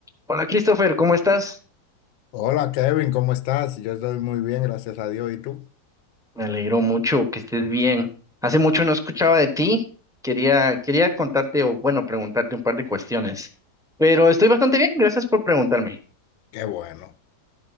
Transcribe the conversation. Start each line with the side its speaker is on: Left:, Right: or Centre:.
Centre: Hola Christopher, ¿cómo estás?
Left: Hola Kevin, ¿cómo estás? Yo estoy muy bien, gracias a Dios. ¿Y tú?
Centre: Me alegro mucho que estés bien. Hace mucho no escuchaba de ti. Quería, quería contarte o bueno, preguntarte un par de cuestiones. Pero estoy bastante bien, gracias por preguntarme.
Left: Qué bueno.